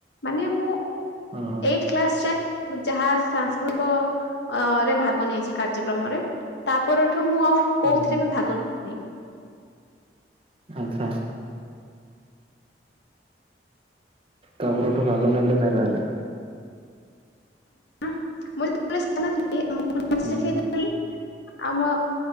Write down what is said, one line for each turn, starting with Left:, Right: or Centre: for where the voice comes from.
Left: ମାନେ ମୁଁ
Right: ହଁ
Left: ଏଇଟ୍ କ୍ଲାସ ଯାଏ ଯାହା ସାଂସ୍କୃତିକ ରେ ଭାଗ ନେଇଛି କାର୍ଯ୍ୟକ୍ରମରେ ତାପର ଠୁ ମୁଁ ଆଉ କୋଉରେ
Right: ହୁଁ ହୁଁ
Left: ବି ଭାଗ ନେ
Right: ଆଚ୍ଛା ତାପରଠୁ ଭାଗ ନେଲେ ନାଇଁ ତାହେଲେ।
Left: ମୁଁ ଯେତେବେଳେ ସାନ ଥିଲି ଆ <unintelligible>
Right: ହୁଁ ହୁଁ
Left: ଆମ